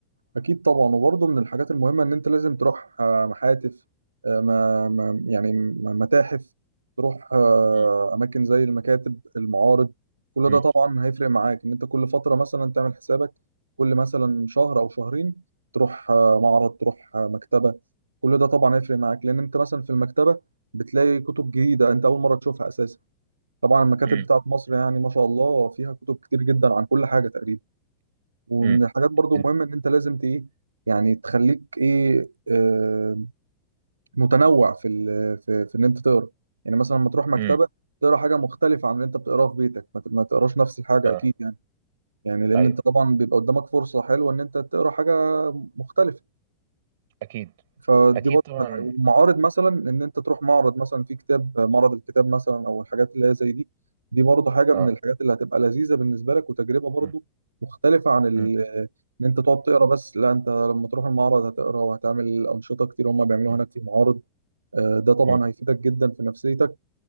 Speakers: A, on the right; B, on the right.
A: اكيد طبعا وبرضه من الحاجات المهمه ان انت لازم تروح آه، محاتف آه، ما ما- يعني م- متاحف تروح آه،
B: امم
A: اماكن زي المكاتب المعارض كل
B: امم
A: ده طبعا هيفرق معاك ان انت كل فتره مثلا تعمل حسابك كل مثلا شهر او شهرين تروح آه، معرض تروح آه، مكتبه كل ده طبعا هيفرق معاك لان انت مثلا في المكتبه بتلاقي كتب جديده انت اول مره تشوفها اساسا طبعا المكاتب
B: امم
A: بتاعت مصر يعني ما شاء الله فيها كتب كتير جدا عن كل حاجه تقريبا ومن
B: امم
A: الحاجات برضو
B: انت-
A: مهمة ان انت لازم ت- ايه يعني تخليك ايه آه، متنوع في ال في, في ان انت تقرا يعني مثلا لما تروح مكتبة
B: امم
A: تقرا حاجة مختلفة عن اللي انت بتقراه في بيتك ما ت- ما تقراش نفس الحاجة
B: اه
A: اكيد يعني يعني لان
B: ايوه
A: انت طبعا بيبقى قدامك فرصة حلوة ان انت تقرا حاجة مختلفة
B: اكيد
A: فدي
B: اكيد
A: برضه
B: طبعا
A: من الحاجات ومعارض مثلا ان انت تروح معرض مثلا في كتاب معرض الكتاب مثلا او الحاجات اللي هي زي دي دي برضه حاجه
B: اه
A: من الحاجات اللي هتبقى لذيذه بالنسبه لك وتجربه برضه
B: امم
A: مختلفه عن ال...
B: امم
A: ان انت تقعد تقرا بس لا انت لما تروح المعرض هتقرا وهتعمل انشطه كتير هم بيعملوها
B: امم
A: هناك في المعارض آه، ده طبعا
B: امم
A: هيفيدك جدا في نفسيتك